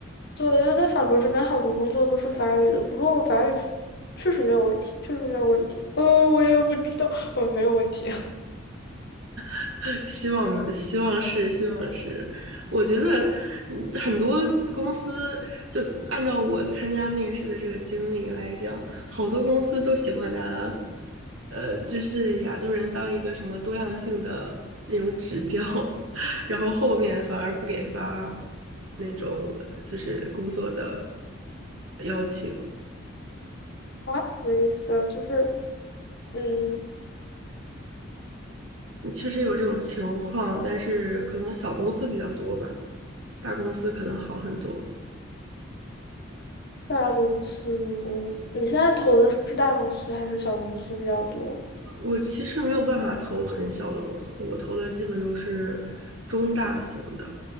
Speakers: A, on the left; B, on the right.
A: 对，因为在法国这边好多工作都是法语的，不过我法语是确实没有问题，确实没有问题。呃，我也不知道，我没有问题。<laughs>
B: <laughs> 希望希望是希望是，我觉得嗯很多公司就按照我参加面试的这个经历来讲，好多公司都喜欢拿，呃，就是亚洲人当一个什么多样性的那种指标，<laughs> 然后后面反而不给发那种呃就是工作的邀请，
A: 啊，什么意思啊？就是，嗯，
B: 嗯确实有这种情况，但是可能小公司比较多吧，大公司可能好很多。
A: 大公司，你现在投的是大公司还是小公司比较多？
B: 我其实没有办法投很小的公司，我投的基本都是中大型的，